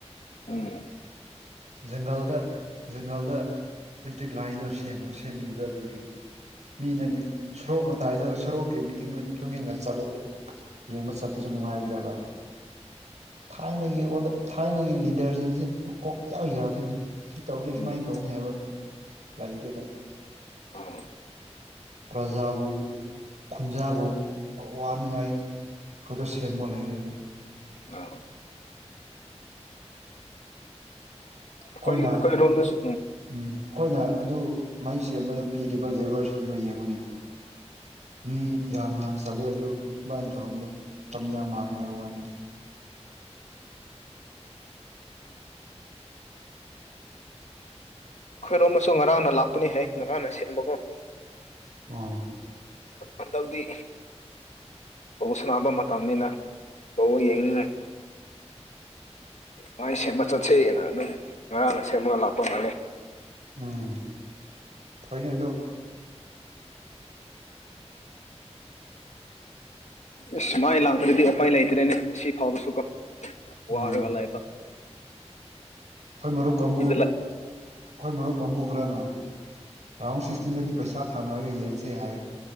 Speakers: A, on the left; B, on the right.
A: ꯎꯝ
B: ꯖꯪꯒꯜꯗ ꯖꯪꯒꯜꯗ ꯑꯦꯂꯦꯛꯇ꯭ꯔꯤꯛ ꯂꯥꯏꯟꯗꯣ ꯁꯦꯝꯕ ꯁꯦꯝꯕꯤꯕ ꯑꯗꯨꯒꯤ ꯃꯤꯅꯗꯤ ꯁꯣꯔꯣꯛ ꯃꯇꯥꯏꯗ ꯁꯣꯔꯣꯛꯀꯤ ꯃꯤꯇꯤꯡꯗꯨ ꯃꯇꯨꯡ ꯏꯟꯅ ꯆꯠꯂꯗꯤ ꯌꯦꯡꯕ ꯆꯠꯄꯁꯨ ꯅꯨꯡꯉꯥꯏꯈꯤꯗꯕ ꯊꯥꯏꯅꯒꯤ ꯊꯥꯏꯅꯒꯤ ꯂꯤꯗꯔꯁꯤꯡꯁꯦ ꯃꯀꯣꯛ ꯌꯥꯎ ꯌꯥꯗꯣꯏꯅꯤ ꯁꯤ ꯇꯧꯔꯤ ꯁꯨꯃꯥꯏꯅ
A: ꯎꯝ
B: ꯇꯧꯅꯤ ꯍꯥꯏꯕ ꯂꯩꯇꯦꯕ
A: ꯑꯥ
B: ꯄ꯭ꯔꯖꯥꯕꯨ ꯈꯨꯟꯖꯥꯕꯨ ꯋꯥꯅꯤꯡꯉꯥꯏ ꯀꯗ ꯁꯦꯕꯃ ꯂꯩꯔꯦꯅ
A: ꯑꯥ ꯑꯩꯈꯣꯏ
B: ꯑꯩꯈꯣꯏꯅ
A: ꯑꯩꯈꯣꯏꯔꯣꯝꯗꯁꯨ
B: ꯎꯝ ꯑꯩꯈꯣꯏꯅ ꯑꯗꯨ ꯃꯩ ꯁꯦꯝꯕꯗ ꯄꯤꯔꯤꯕ ꯂꯦꯕꯔꯁꯤꯡꯗꯨꯣ ꯌꯦꯡꯕꯨꯅꯤ ꯃꯤ ꯌꯥꯝ ꯌꯥꯝ ꯆꯠꯂꯦ ꯑꯗꯨ ꯁꯃꯥꯏꯅ ꯇꯧꯔꯝꯅ ꯀꯃꯌꯥ ꯃꯥꯡꯒ ꯍꯥꯏ ꯋꯥꯅꯤ
A: ꯑꯩꯈꯣꯏꯔꯣꯝꯅꯁꯨ ꯉꯔꯥꯡꯅ ꯂꯥꯛꯄꯅꯤ ꯍꯥꯏ ꯉꯔꯥꯡꯅ ꯁꯦꯝꯕꯒꯨꯝ
B: ꯑꯝ
A: ꯑꯗ ꯍꯧꯗꯤ ꯕꯥꯜ ꯁꯥꯟꯅꯕ ꯃꯇꯝꯅꯤꯅ ꯚꯧ ꯌꯦꯡꯅꯤꯡꯉꯥꯏ ꯃꯥꯏ ꯁꯦꯝꯕ ꯆꯠꯆꯩꯑꯅ ꯑꯗꯨꯝ ꯉꯔꯥꯡꯅ ꯁꯦꯝꯃꯒ ꯂꯥꯛꯄ ꯃꯥꯂ
B: ꯎꯝ ꯐꯥꯏꯅꯦꯗꯣ
A: ꯑꯁ ꯁꯨ ꯃꯥꯏꯅ ꯂꯥꯛꯄ꯭ꯔꯗꯤ ꯎꯄꯥꯏ ꯂꯩꯇ꯭ꯔꯦꯅꯦ ꯁꯤ ꯐꯥꯎꯕꯁꯨ ꯀꯣ ꯋꯥꯔꯒꯂꯏꯕ
B: ꯃꯥꯅꯦ ꯑꯩꯈꯣꯏ ꯃꯔꯨꯞ ꯀꯥꯡꯕꯨ ꯑꯩꯈꯣꯏ
A: ꯂꯩ
B: ꯃꯔꯨꯞ ꯀꯥꯡꯕꯨ ꯈꯔꯅ ꯔꯥꯎꯟ ꯁꯤꯛꯁꯇꯤꯟꯗꯗꯤ ꯄꯩꯁꯥ ꯊꯥꯅꯔꯒ ꯌꯦꯟꯁꯦ ꯍꯥꯏ